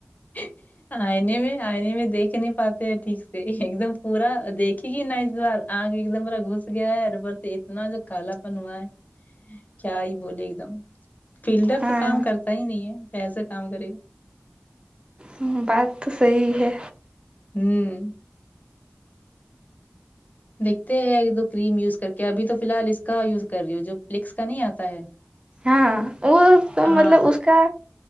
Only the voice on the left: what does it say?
<inaudible> آئنے میں آئنے میں دیکھ نہیں پاتے ہیں ٹھیک سے ایک دم پورا دیکھے گی ن اس بار آنکھ ایک دم پورا گھس گیا ہے ا اوپر سے اتنا جو کالا پن ہوا ہے کیا ہی بولے ایک دم فلڈر
تو کام کرتا ہی نہیں ہے ایسا کام کرے گا
ہوں دیکھتے ہیں ایک دو کریم یوز کر کے ابھی تو فی الحال اس کا یوز کر رہی ہ ہو جو فلکس کا نہیں آتا ہے
ہاں